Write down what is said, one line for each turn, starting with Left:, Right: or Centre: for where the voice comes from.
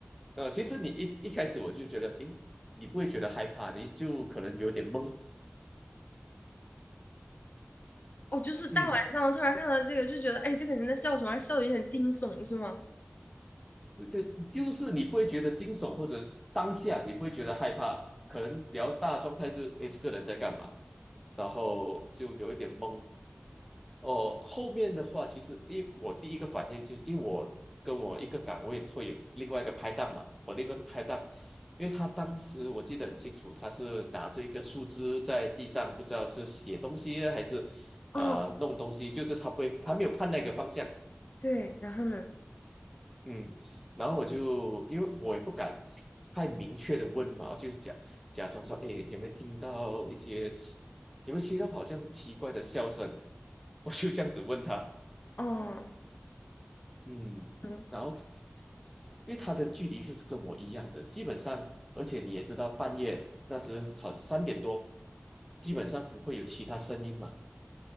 Centre: 呃，其实你一一开始我就觉得，诶，你不会觉得害怕，你就可能有点懵，
Left: 哦，就是大晚上突然看到这个，
Centre: 嗯。
Left: 就觉得，哎，这个人在笑什么？还笑的有点惊悚，是吗？
Centre: 对，就是你不会觉得惊悚，或者当下你不会觉得害怕，可能比较大的状态就是，诶，这个人在干嘛？然后就有一点懵。哦，后面的话，其实因为我第一个反应就是，因为我跟我一个岗位会有另外一个拍档嘛，我另外一个拍档，因为他当时我记得很清楚，他是拿着一个树枝在地上，不知道是写东西还是
Left: 哦，
Centre: 啊、呃弄东西，就是他不会，他没有看那个方向。
Left: 对，然后呢？
Centre: 嗯，然后我就因为我也不敢太明确的问嘛，我就假假装说，哎，有没有听到一些奇，有没有听到好像奇怪的笑声？我就这样子问他，
Left: 哦，
Centre: 嗯，
Left: 嗯，
Centre: 然后他因为他的距离是跟我一样的，基本上，而且你也知道，半夜那时好三点多，基本上不会有其他声音嘛。